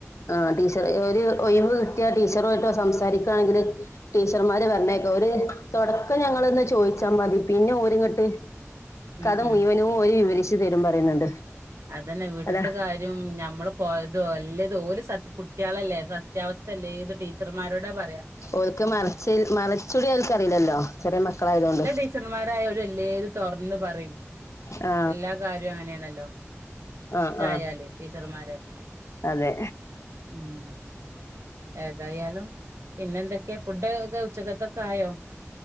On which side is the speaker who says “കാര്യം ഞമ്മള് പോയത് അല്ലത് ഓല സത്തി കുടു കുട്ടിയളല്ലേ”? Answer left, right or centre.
Right